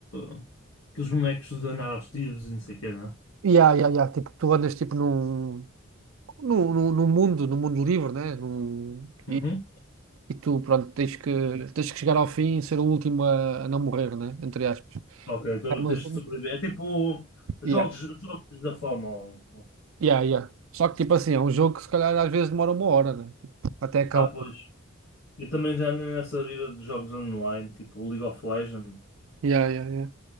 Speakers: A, on the left; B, on the right.
A: eh, aqueles bonecos de andar aos tiros e não sei o quê, não é?
B: yeah, yeah, yeah, tipo, tu andas tipo num, num, num, num mundo, num mundo livre, né? Num,
A: Uhum.
B: e, e tu, pronto, tens que, tens que chegar ao fim e ser o último a, a não morrer, né? Entre aspas.
A: Ok, então
B: É, mas,
A: tens de sobreviver. É tipo jogos,
B: yeah,
A: jogos da fama. Ou-
B: yeah, yeah. Só que tipo assim, é um jogo que se calhar às vezes demora uma hora, né? Até acabar.
A: Ah, pois. Eu também já ando nessa vida de jogos online, tipo League of Legends,
B: Yeah, yeah, yeah.